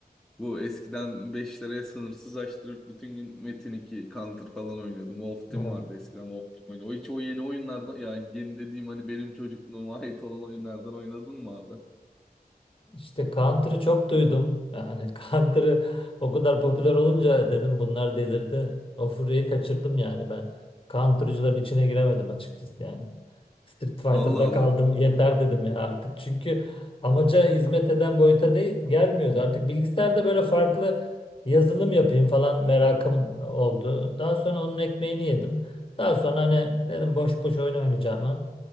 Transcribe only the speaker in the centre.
Bu eskiden 5 liraya sınırsız açtırıp bütün gün Metin 2, Counter falan oynuyordum. Wolf Team
vardı eskiden Wolf Team oynuyor. O hiç o yeni oyunlardan ya yeni dediğim hani benim çocukluğuma ait olan oyunlardan oynadın mı abi?
Allah Allah.